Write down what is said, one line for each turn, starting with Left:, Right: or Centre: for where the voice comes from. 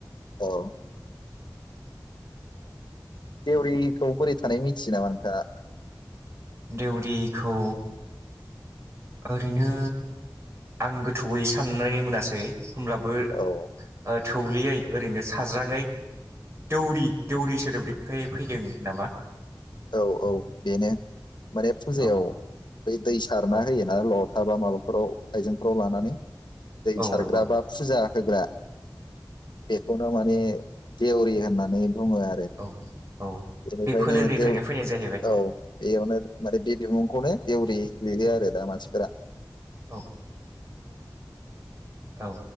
Left: औ देउरिखौ बोरै थानाय मिथियो नामा नोंथाङा?
Right: देउरिखौ ओरैनो आं गोथौयै साननानै मोनासै। होमब्लाबो ओ
Left: औ
Right: थौलेयै ओरैनो साज्राङै दौरि-दौरि सोदोबनिफ्राय फैदों नामा।
Left: औ-औ बेनो। माने फुजायाव
Right: औ
Left: बै दै सारना
Right: औ
Left: होयोना ल' थाबा माबाफोराव आइजें फोराव लानानै दै
Right: औ
Left: सारग्रा
Right: नंगौ
Left: बा फुजा होग्रा बेखौनो माने देउरि होन्नानै बुङो आरो
Right: औ औ
Left: बेनिफ्रायनो
Right: बे फोलेरनिफ्रायनो
Left: देउ औ
Right: फैनाय जाहैबाय
Left: बेेवनो माने बे बिमुंखौनो देउ लिरो आरोेदा मानसिफ्रा
Right: औ औ